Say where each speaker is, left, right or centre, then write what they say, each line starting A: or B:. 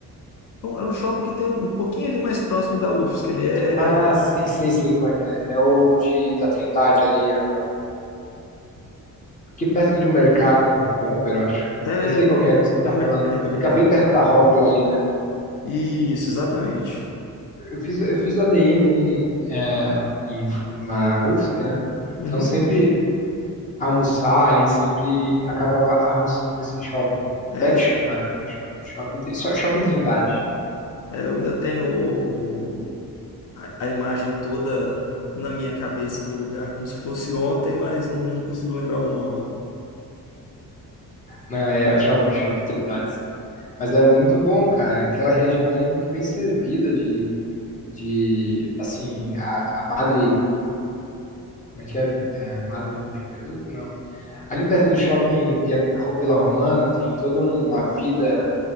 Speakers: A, on the left; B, on the left.
A: não, era um shopping que tem um pouquinho ali mais próximo da UFSC. Ele é,
B: Ah, sei, sei, sei qual é que é. É o de, da Trindade ali, é o que perto de um mercado do Comper, eu acho.
A: é,
B: Eu sei qual
A: tem
B: que
A: um,
B: é que você está
A: tem um
B: falando.
A: mercado
B: Fica
A: ali perto.
B: bem perto da rótula ali, né?
A: Isso, exatamente.
B: Eu fiz, eu fiz a ADM ali é, em- na UFSC, né?
A: Uhum.
B: Então sempre almoçar ali, sempre acabava almoçando nesse shopping.
A: É,
B: Back, sh- não, não é back shopping, shopping, Tri- só- shopping Trindade.
A: É, eu ainda tenho o, o- a, a imagem toda na minha cabeça do lugar, como se fosse ontem, mas não, não consigo lembrar o nome.
B: Não, é, é o shopping, shopping Trindade, sim. Mas é muito bom, cara. Aquela região ali é muito bem servida de, de assim, a, a Madre, como é que é? É, Madre Benvenuta, não. Ali perto do shopping Via- Vila Romana tem toda um, uma vida